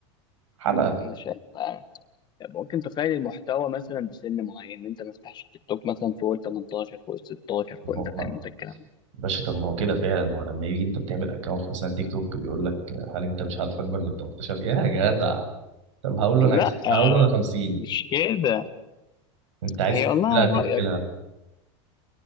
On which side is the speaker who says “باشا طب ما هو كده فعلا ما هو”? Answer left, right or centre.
Right